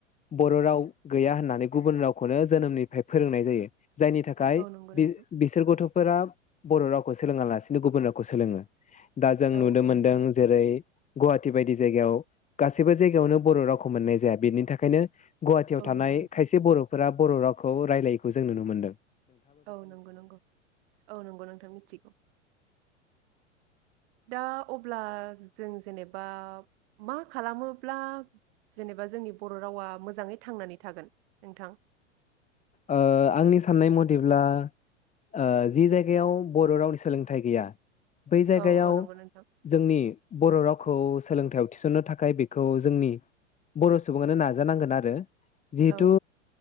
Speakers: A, on the left; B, on the right.
A: बर' राव गैया होननानै गुबुन रावखौनो जोनोमनिफ्राय फोरोंनाय जायो । जायनि थाखाय
B: औ नंगौ नोंथां
A: बि बिसोर गथ' फोरा बर' रावखौ सोलोङा लासिनो गुबुन राव खौ सोलोङो। दा जों नुनो
B: औ औ
A: मोनदों
B: नंगौ
A: जेरै गुवाहाटि बायदि जायगायाव गासैबो जायगायावनो बर' रावखौ मोननाय जाया बेनि थाखायनो गुवाहाटियाव
B: औ
A: थानाय
B: नंगौ नोंथां
A: खायसे बर'। फोरा बर' रावखौ रायलायैखौ जों नुनो मोन्दों
B: औ नंगौ नंगौ औ नंगौ नोंथां मिथिगौ। दा अब्ला जों जेनेबा मा खालामोब्ला जेनेबा जोंनि बर' रावा मोजाङै थांनानै थागोन नोंथां।
A: ओ आंनि साननाय मथेब्ला ओ जि जायगायाव बर' रावनि सोलोंथाइ गैया बै जायगायाव
B: औ औ नंगौ नोंथां
A: जोंनि बर' राव खौ सोलोंथायाइयाव थिसन्नो थाखाय बेखौ जोंनि बर' सुबुङानो नाजानांगोन आरो । जिहेथु
B: औ